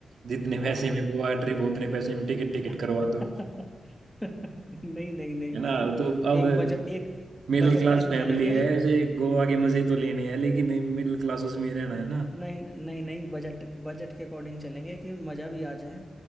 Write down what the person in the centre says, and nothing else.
हाँ
<laughs>
नहीं नहीं नहीं
नहीं
एक बजट एक
बजट
ट्रिप
करेंगे
न-
नहीं नहीं नहीं बजट बजट के अकॉर्डिंग चलेंगे कि मजा भी आ जाए